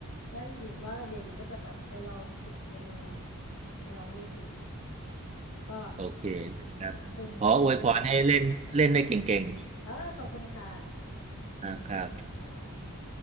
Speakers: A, on the left (about 80°); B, on the right (about 30°).
A: แล้วหญิงว่าเดี๋ยวหญิงก็จะแบบไปลองฝึกเปียโนไปลองเล่นดูก็
B: โอเคครับขออวยพรให้เล่นเล่นได้เก่ง
A: ขอบคุณคุณพงษ์เออขอบคุณค่ะ
B: ๆนะครับ
A: ค่ะ